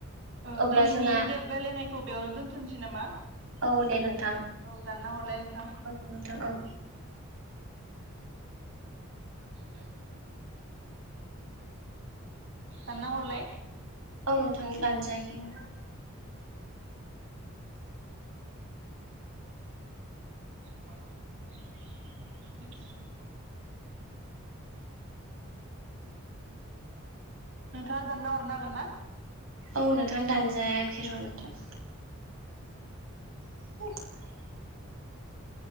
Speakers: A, on the right; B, on the right.
A: ओ
B: अब्ला
A: दिनैनि
B: जोंहा
A: रायलायनायखौ बेयावनो दोन्थ'नोसै नामा?
B: औ दे नोंथां।
A: औ दानना हरलाय
B: औ
A: नोंथां
B: औ नोथां औ।
A: है दानना हरलाय
B: औ नों थां दानजायाखैनो।
A: <unintelligible> नोंथाङा दानना हरनो हागोन ना?
B: औ नोंथां दानजायाखै र' नोंथां। बेनिफ्राय